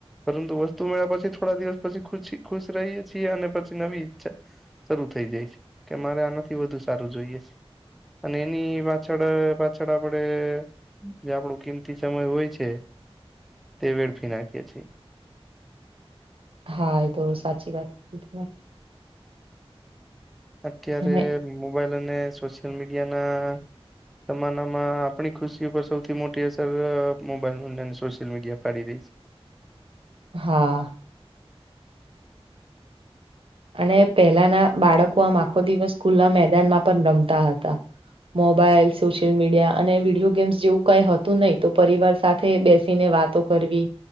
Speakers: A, in the centre; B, on the right (about 60°).
A: પરંતુ વસ્તુ મેળ્યા પછી થોડા દિવસ પછી ખુશી ખુશ રહીએ છીએ અને પછી નવી, ઈચ્છા શરૂુ થઈ જાય છે કે મારે આનાથી વધુ સારું જોઈએ છે. અને એની પાછળ પાછળ આપડે જે આપણું કિંમતી સમય હોય છે. તે વેડફી નાખીએ છીએ.
B: હા એ તો સાચી વાત હતી ત,
A: અત્યારે
B: અને
A: મોબાઈલ અને સોશિયલ મીડિયાના, જમાનામાં આપણી ખુશી ઉપર સૌથી મોટી અસર મોબાઈલ <unintelligible> સોશિયલ મીડિયા પડી રહી છે.
B: હા, અને પહેલાના બાળકો આમ આખો દિવસ સ્કૂલના મેદાનમાં પણ રમતા હતા. મોબાઈલ સોશિયલ મીડિયા અને વિડીયો ગેમ્સ જેવું કઈ હતું નહી તો પરિવાર સાથે બેસીને વાતો કરવી